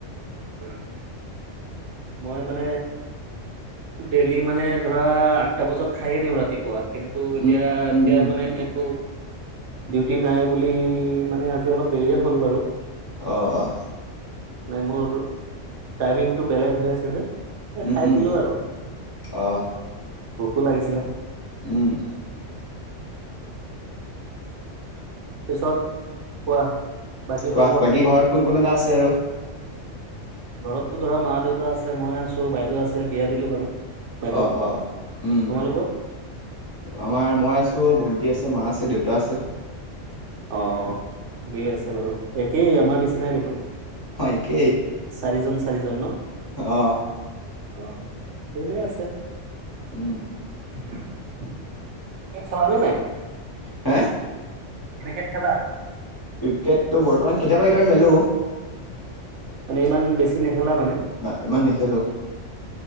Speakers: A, on the right; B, on the left.
A: উম মই মানে ডেইলি মানে ধৰা আঠটা বজাত খায়েই দিওঁ ৰাতিপুৱা কিন্তু এতিয়া
B: উম উম
A: এতিয়া
B: উম
A: মানে এইটো ডিউটি নাই বুলি মানে আজি অলপ দেৰিয়ে হ'ল বাৰু
B: অঁ অঁ
A: মেমৰ গ্ৰু টাইমিংটো বেলেগ হৈ আছে যে এ
B: উম
A: খাই
B: উম
A: দিলো আৰু
B: অ
A: ভোকো লাগিছিলে
B: উম
A: পিছত কোৱা বাকী
B: কোৱা
A: খবৰ কি
B: ঘৰত কোন কোন এটা আছে আৰু
A: ঘৰতো ধৰা মা দেউতা আছে মই আছো বাইদেউ আছে বিয়া দিলো বাৰু বাইদেউক
B: অ অ উম
A: তোমালোকৰ
B: আমাৰ মই আছোঁ ভণ্টি আছে মা আছে দেউতা আছে
A: অ ঠিকেই আছে বাৰু একেই আমাৰ নিচিনাই দেখোন
B: হয় একেই
A: চাৰিজন চাৰিজন ন।
B: অ,
A: অ, এনে আছে।
B: উম,
A: ক্ৰিকেট খেলালি নে নাই।
B: হে,
A: ক্ৰিকেট খেলা।
B: ক্ৰিকেটটো বৰ্তমান কেতিয়াবা কেতিয়াবা খেলো।
A: মানে ইমান বেছি নেখেলা মানে
B: না ইমান নেখেলো।